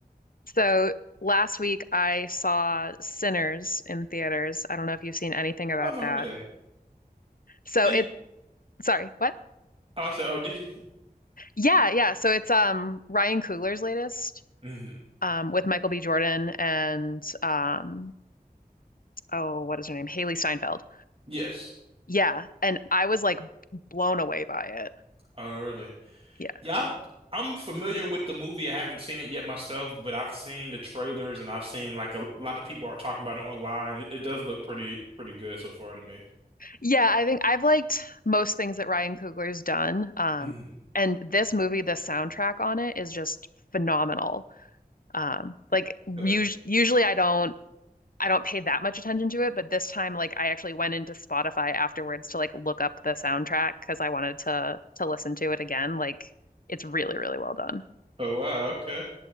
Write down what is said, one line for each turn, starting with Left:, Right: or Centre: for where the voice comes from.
Left: so, last week I saw Sinners in theaters. I don't know if you've seen anything
Right: Oh,
Left: about that.
Right: really?
Left: So,
Right: Did
Left: it, sorry, what?
Right: I said, oh, did you?
Left: Yeah, yeah. So, it's um Ryan Coogler's latest
Right: Mhm.
Left: um with Michael B. Jordan and um oh, what is her name? Haley Steinfeld.
Right: Yes.
Left: Yeah, and I was like blown away by it.
Right: Oh, really?
Left: Yeah.
Right: Yeah, I've, I'm familiar with the movie. I haven't seen it yet myself, but I've seen the trailers and I've seen like a lot of people are talking about it online. It, it does look pretty pretty good so far to me. <clears throat>
Left: Yeah, I think I've liked most things that Ryan Coogler's done. Um,
Right: Mm,
Left: and this movie, the soundtrack on it is just phenomenal. Um, like us
Right: okay.
Left: usually I don't I don't pay that much attention to it, but this time like I actually went into Spotify afterwards to like look up the soundtrack because I wanted to to listen to it again. Like it's really, really well done.
Right: Oh wow, okay.